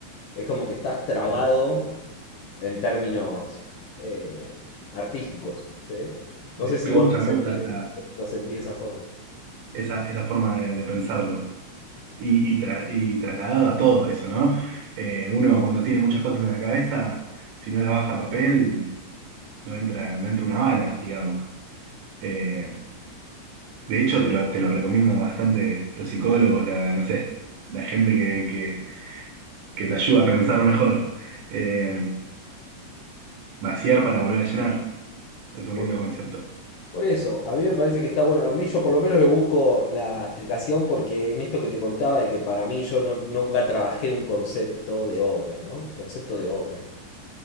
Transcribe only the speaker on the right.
Me,
me
gusta,
me gusta esa,
esa, esa forma de de pensarlo. y, y, tra- y trasladado a todo eso, ¿no? Eh, uno cuando tiene muchas cosas en la cabeza, si no las baja a papel, no entra, no entra una bala, digamos. Eh, de hecho, te lo, te lo recomiendo bastante los psicólogos, la, no sé, la gente que, que, que te ayuda a pensar mejor. Eh, vaciar para volver a llenar. Es un
lindo concepto.